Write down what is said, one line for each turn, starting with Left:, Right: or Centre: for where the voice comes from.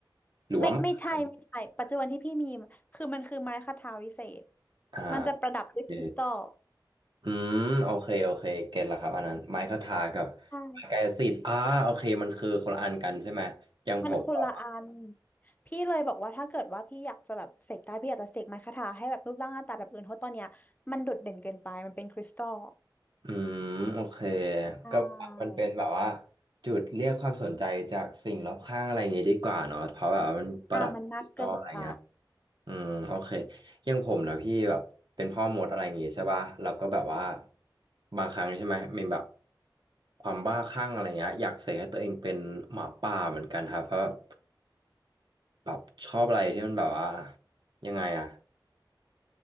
Right: หรือว่าไม้
Left: ไม่ไม่ใช่ไม่ใช่ปัจจุบันที่พี่มีคือมันคือไม้คทาวิเศษ
Right: อ่าโอเค
Left: มันจะประดับด้วยคริสตัล
Right: อืมโอเคโอเคเก็ตละครับอันนั้นไม้คทากับไม้กายสิทธิ์อ่าโอเคมันคือคนละอันกันใช่ไหมอย่างผมอค
Left: ใช่มันคนละอันพี่เลยบอกว่าถ้าเกิดว่าพี่อยากจะแบบเสกได้พี่อยากจะเสกไม้คทาให้แบบรูปร่างหน้าตาแบบอื่นเพราะตอนเนี้ยมันโดดเด่นเกินไปมันเป็นคริสตัล
Right: อืมโอเค
Left: ใช่
Right: ก็มันเป็นแบบว่าจุดเรียกความสนใจจากสิ่งรอบข้างอะไรอย่างงี้ดีกว่าเนาะเพราะแบบว่ามันประดับดิจิตอลอะไรเงี้ย
Left: อ่ามันนักเกินไป
Right: อืมโอเคอย่างผมนะพี่แบบเป็นพ่อมดอะไรอย่างงี้ใช่ป่ะเราก็แบบว่าบางครั้งใช่ไหมมีแบบความบ้าคลั่งอะไรเงี้ยอยากเสกให้ตัวเองเป็นหมาป่าเหมือนกันครับเพราะแบบ แบบชอบอะไรที่มันแบบว่ายังไงอะ